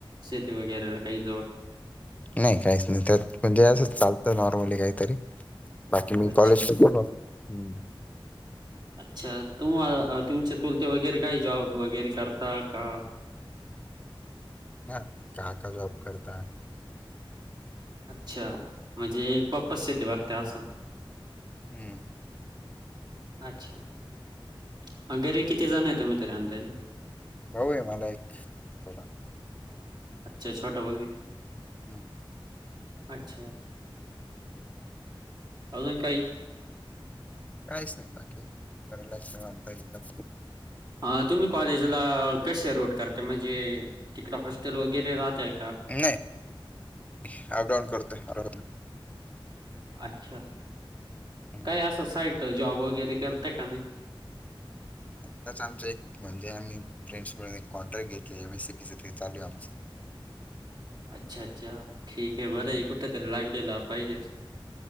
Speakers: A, on the right (about 50°); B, on the left (about 15°).
A: शेती वगैरेला काही जोड?
B: नाही काहीच नाही? त्यात म्हणजे.. असंच चालतं नॉर्मली काहीतरी. बाकी मी
A: अच्छा..
B: कॉलेज करतो हम्म
A: अच्छा तुम्हा.. तुमचे तुलते वगैरे? काही जॉब वगैरे करता.. का?
B: ह.. काका जॉब करता?
A: अच्छा म्हणजे.. पप्पाच शेती बघता अस?
B: हम्म..
A: अच्छा घरी किती जणय तुम्ही तरी अंदाजे?
B: भाऊये मला एक छोटा.
A: अच्छा छोटा भाऊ
B: हम्म
A: अच्छा अजून काही?
B: काहीच नाही बाकी? रिलॅक्स निवांत एकदम
A: हा तुम्ही कॉलेजला कसे रूट करताय म्हणजे तिकडे हॉस्टेल वगैरे राहताय?
B: नाही अप डाऊन करतोय करतोय
A: अच्छा
B: हम्म.
A: काय असं साईड जॉब वगैरे करता का नाही?
B: आताच आमच एक म्हणजे आम्ही फ्रेंड्स मिळून एक कॉन्ट्रॅक्ट घेतले एम. एस. सी. बी च ते चालूये आमच.
A: अच्छा अच्छा ठीके बरय
B: हम्म.
A: कुठ तरी लागलेल? पाहिजेच.